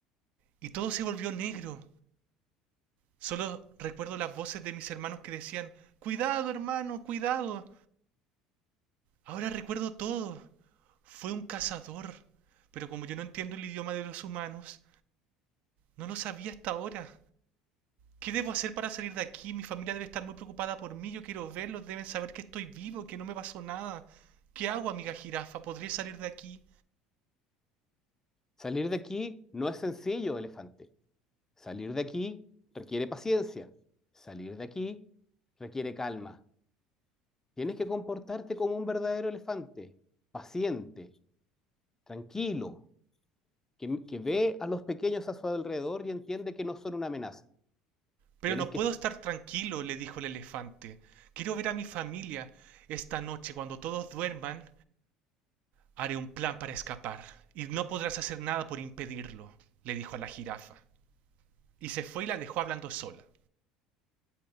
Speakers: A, on the right; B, on the left.
A: y todo se volvió negro. Solo recuerdo las voces de mis hermanos que decían, Cuidado, hermano, cuidado. Ahora recuerdo todo. Fue un cazador. Pero como yo no entiendo el idioma de los humanos, no lo sabía hasta ahora. ¿Qué debo hacer para salir de aquí? Mi familia debe estar muy preocupada por mí. Yo quiero verlos. Deben saber que estoy vivo, que no me pasó nada. ¿Qué hago, amiga jirafa? ¿Podré salir de aquí?
B: Salir de aquí no es sencillo, elefante. Salir de aquí requiere paciencia. Salir de aquí requiere calma. Tienes que comportarte como un verdadero elefante, paciente, tranquilo, que, que ve a los pequeños a su alrededor y entiende que no son una amenaza.
A: Pero
B: Tienes
A: no
B: que...
A: puedo estar tranquilo, le dijo el elefante. Quiero ver a mi familia. Esta noche, cuando todos duerman, haré un plan para escapar. Y no podrás hacer nada por impedirlo, le dijo a la jirafa. Y se fue y la dejó hablando sola.